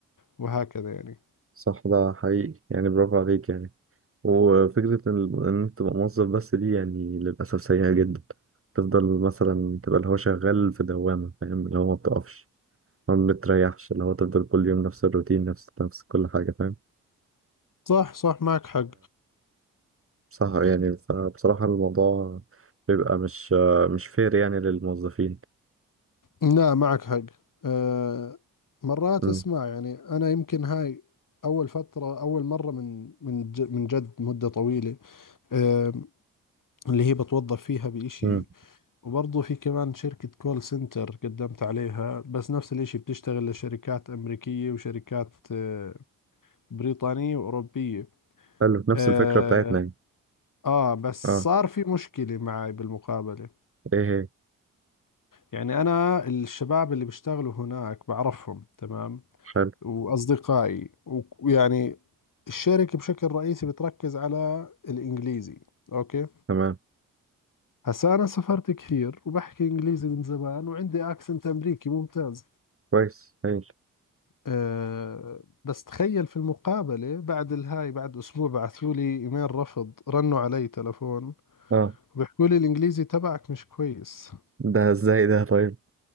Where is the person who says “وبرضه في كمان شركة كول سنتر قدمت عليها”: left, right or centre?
Left